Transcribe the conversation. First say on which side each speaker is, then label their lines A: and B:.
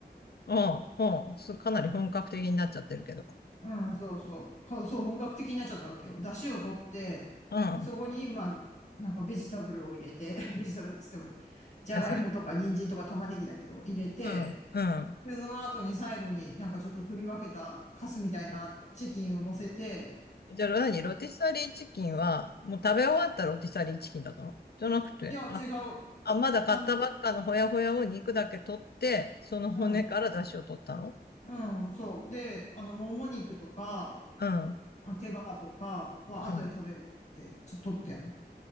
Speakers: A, on the left (about 65°); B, on the left (about 40°).
A: おう、おう、すかなり本格的になっちゃってるけど。
B: うん、そうそう。か、そう、本格的になっちゃったわけよ。出汁を取って、
A: うん、
B: で、そこに今、なんかベジタブルを入れて、<laughs> ベジタブルって言っても、じゃがいもとか人参とか玉ねぎだけど、
A: 野菜。
B: 入れて、
A: うん、うん。
B: で、その後に最後になんかちょっと取り分けたカスみたいなチキンを乗せて、
A: じゃあ、何ロティサリーチキンは、もう食べ終わったロティサリーチキンだったのじゃなくて、
B: いや、
A: あ、
B: 違う。
A: あ、まだ買ったばっかのほやほやを肉だけ取って、
B: あの、
A: その骨から出汁を取ったの
B: うん、うん、そう。で、あの、もも肉とか、
A: うん。
B: あ手羽とかは後で食べようと思って、
A: うん。
B: ちょっと取ってやん。